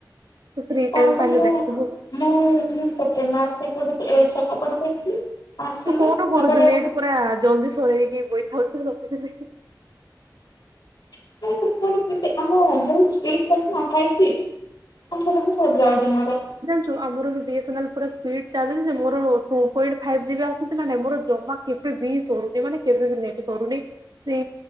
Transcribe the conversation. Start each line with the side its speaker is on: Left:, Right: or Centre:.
Right: ତୁ ଫ୍ରି
Left: କଲି
Right: ଟାଇମ
Left: ତ
Right: ପାଇଲେ
Left: ମୁଁ
Right: ଦେଖିବୁ।
Left: ମୁଁ ମୁଁ <unintelligible> ଛକ ପଟେ ଯାଇଥିଲି। ଆସିଲି
Right: ତୁ କୋଉଠୁ କରୁଛୁ
Left: ତାପରେ
Right: ନେଟ ପୁରା ଜଲଦି ସରେଇକି ବଇଥାଉ ସବୁଦିନେ।
Left: <unintelligible> ଆମ ବହୁତ ସ୍ପିଡ୍ ଚାଲୁଛି ନା ଫାଇପ ଜି। ସଙ୍ଗେ ସଙ୍ଗେ ସରି ଯାଉଛି ମୋର।
Right: ଯୋଉ ଆମରବି ବି ଏସ ନାଲ୍ ପୁରା ସ୍ପିଡ୍ ଚାଲୁଛି ଯେ ମୋର ଟୁ ପଏଣ୍ଟ ଫାଇପ ଜିବି ଆସୁଛି ନା ନାଇଁ, ମୋର ଜମା କେବେ ବି ସରୁନି ମାନେ କେବେ ବି ନେଟ ସରୁନି। ସେ